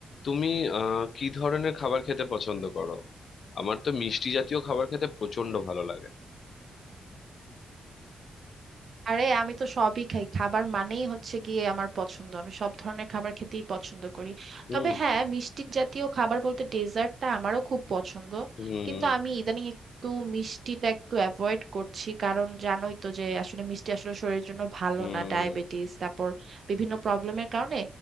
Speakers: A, on the left (about 60°); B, on the right (about 55°).
A: তুমি আহ কি ধরনের খাবার খেতে পছন্দ করো আমার তো মিষ্টি জাতীয় খাবার খেতে প্রচন্ড ভালো লাগে
B: আরে আমি তো সবই খাই খাবার মানেই হচ্ছে গিয়ে আমার পছন্দ আমি সব ধরনের খাবার খেতেই পছন্দ করি
A: হুম
B: তবে হ্যাঁ মিষ্টি জাতীয় খাবার বলতে ডেজার্টটা আমারও খুব পছন্দ
A: হুম
B: কিন্তু আমি ইদানিং একটু মিষ্টিটা একটু অ্যাভয়েড করছি কারণ জানোই তো যে আসলে মিষ্টি আসলে শরীরের জন্য ভালো
A: হুম
B: না ডায়াবেটিস তারপর বিভিন্ন প্রবলেমের কারণে